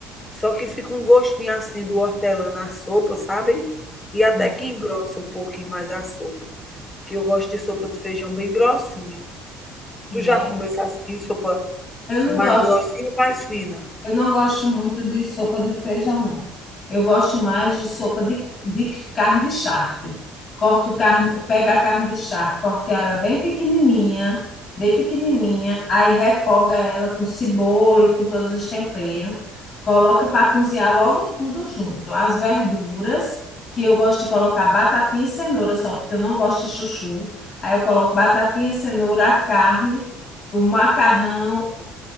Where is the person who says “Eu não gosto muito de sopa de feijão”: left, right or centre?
Left